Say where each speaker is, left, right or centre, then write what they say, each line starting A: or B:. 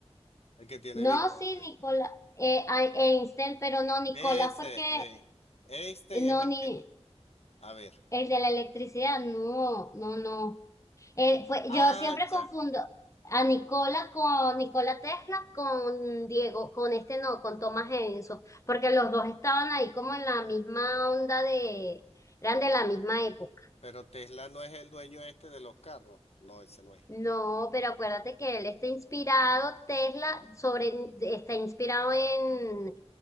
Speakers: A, on the left; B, on the left.
A: El que tiene
B: No,
A: bigote.
B: sí, Nikola, eh, Ai- Einstein, pero no, Nikola
A: Ese,
B: fue el que,
A: eh, Einstein
B: no,
A: es el
B: ni
A: que, a ver,
B: el de la electricidad, no, no, no. Eh, fue,
A: ah,
B: yo siempre
A: ya.
B: confundo a Nicola con Nicola Tesla con Diego, con este no, con Thomas Edison, porque los dos estaban ahí como en la misma onda de, eran de la misma época.
A: Pero Tesla no es el dueño este de los carros. No, ese no es.
B: No, pero acuérdate que él está inspirado, Tesla, sobre, está inspirado en,